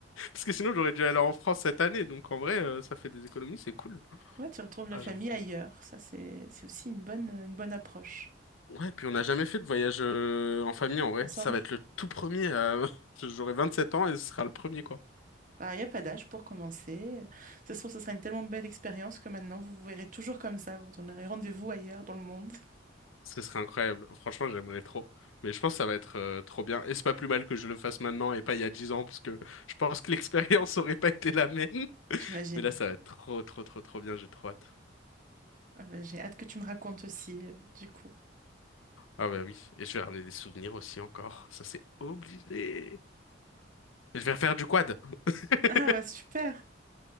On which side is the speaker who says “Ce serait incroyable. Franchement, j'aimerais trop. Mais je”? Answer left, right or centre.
Left